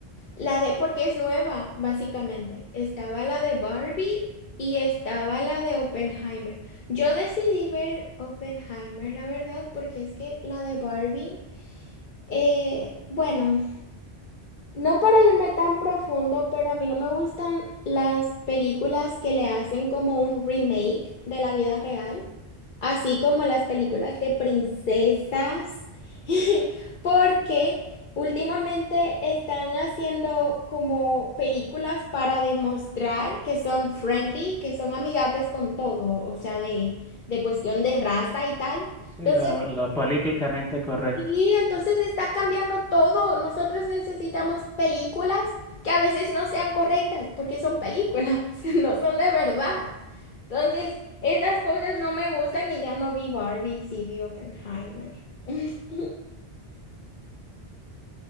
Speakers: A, on the left (about 55°); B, in the centre.
A: La de, porque es nueva, básicamente. Estaba la de Barbie y estaba la de Oppenheimer. Yo decidí ver Oppenheimer, la verdad, porque es que la de Barbie, eh, bueno. No para irme tan profundo, pero a mí no me gustan las películas que le hacen como un remake de la vida real, así como las películas de princesas, <laughs> porque últimamente están haciendo como películas para demostrar que son friendly, que son amigables con todo, o sea, de, de cuestión de raza y tal.
B: Sí,
A: Entonces,
B: lo, lo políticamente correcto.
A: y entonces está cambiando todo. Nosotros necesitamos películas que a veces no sean correctas porque son películas, <laughs> no son de verdad. Entonces, esas cosas no me gustan y ya no vi Barbie, sí vi Oppenheimer. <laughs>